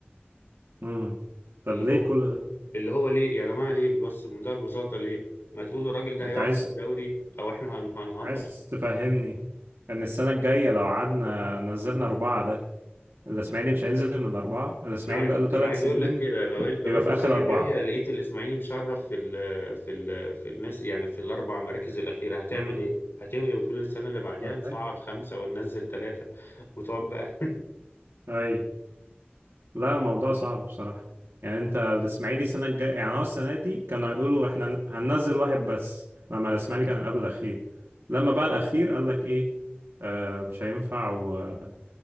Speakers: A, on the right; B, on the left.
A: امم طب
B: اللي
A: ليه
B: هو
A: كل ده
B: اللي هو ليه يا جماعة ليه بس بمنتهى البساطة ليه ما تقولوا الراجل ده
A: انت
B: هيقعد
A: عايز
B: في الدوري أو إحنا هن- هنهبط
A: عايز تفهمني ان السنه الجايه لو قعدنا نزلنا اربعه ده الاسماعيلي مش هينزل من الاربعه الاسماعيلي
B: أنا عايز
A: بقى له ثلاث
B: أنا عايز
A: سنين
B: أقول لك كده لو لو
A: بيبقى
B: أنت
A: في
B: السنة
A: اخر اربعه
B: الجاية لقيت الإسماعيلي مشرف في ال في ال في الناس يعني في الأربع مراكز الأخيرة هتعمل
A: امم
B: إيه؟ هتلغي وتقول السنة اللي بعديها نصعد
A: اي
B: خمسة وننزل ثلاثة وتقعد بقى
A: اي لا موضوع صعب بصراحة يعني انت الاسماعيلي السنة الجاية يعني هو السنة دي كانوا هيقولوا احنا هن- هننزل واحد بس لما الاسماعيلي كان قبل الأخير لما بقى الأخير قال لك ايه آه مش هينفع ومش